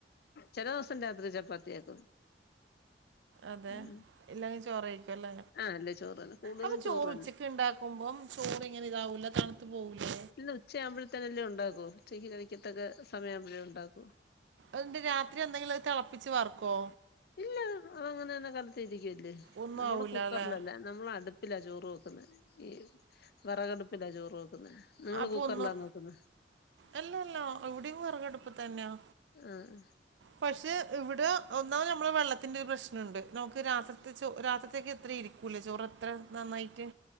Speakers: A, on the left; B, on the right.
A: ചില ദിവസം രാത്രി ചപ്പാത്തിയാക്കും.
B: അതെ
A: ഉം
B: ഇല്ലെങ്കിൽ ചോറ് യായിരിക്കുല്ലെ.
A: ആ അല്ല ചോറ് തന്നെ കൂടുതലും
B: അപ്പൊ ചോറ്
A: തന്നെ
B: ഉച്ചക്ക് ഉണ്ടാക്ക ക്കുമ്പം ചോറ് ഇങ്ങനെ ഇതാവൂല്ലെ തണുത്ത് പോകൂലേ?
A: ഇന്ന ഉച്ച ആകുമ്പോഴത്തന്നെല്ലേ ഉണ്ടാക്കൂ ഉച്ചക്ക് കിഴിക്കത്തൊക്കെ സമയംവുമ്പോഴേ ഉണ്ടാക്കു.
B: എന്തരു രാത്രി എന്തെങ്കിലും അത് തിളപ്പിച്ച് വർക്കോ?
A: ഇല്ല അതങ്ങനെത്തന്നെ കാലത്തിൽ ഇരിക്കല്ലേ
B: ഒന്നും
A: നമ്മള്
B: ആവൂല
A: കുക്കറിലല്ല.
B: അല്ലേ
A: നമ്മള് അടുപ്പില ചോറ് വെക്കുന്ന. ഈ വിറകടുപ്പില്ലാ ചോറ് വെക്കുന്നത്. നിങ്ങൾ
B: അപ്പൊ
A: കുക്കറിലാനോ
B: ഒന്നും
A: വെയ്ക്കുന്ന.
B: അല്ലല്ല ഇവിടെയും വെറകടുപ്പ് തന്നെയാ
A: ആഹ്
B: പക്ഷേ ഇവിടേ ഒന്നാമത് നമ്മൾ വെള്ളത്തിൻ്റെ ഒരു പ്രശ്നം ഉണ്ട് നമുക്ക് രാത്രിത്തെ ചോ രാത്രിത്തേക്ക് ഇത്രെ ഇരി ക്കൂല്ല ചോറ് അത്ര നന്നായിട്ട്